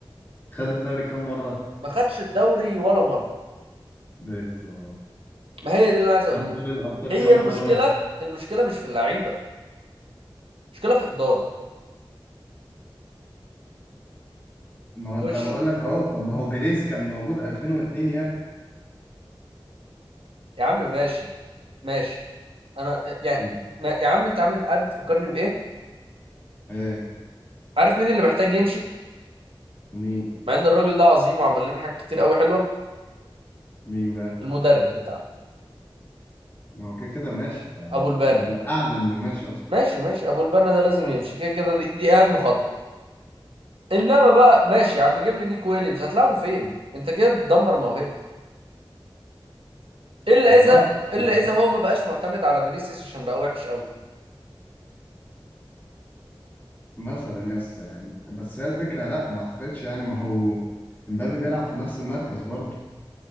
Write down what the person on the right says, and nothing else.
ما خدش الدوري ولا مره
ما هي دي اللي انا عايز
اقوله
لك
هي
المشكله
المشكله مش في اللعيبه المشكله في اداره
وش
يا عم ماشي ماشي انا آه، يعني
ما- يا عم انت عامل عارف بتفكرني بايه
عارف مين اللي محتاج يمشي
مع ان الراجل ده عظيم وعمل لنا حاجات كتير قوي حلوه
المدرب بتاعنا
ابو البنا
ماشي ماشي ابو البنا ده لازم يمشي كده كده دي, دي اهم خطوه انما بقى ماشي يا عم جيب لي نيكو ويليامز هتلعبه فين انت كده بتدمر موهبه الا
اذا الا
اذا هو ما بقاش معتمد على فينيسيوس عشان بقى وحش قوي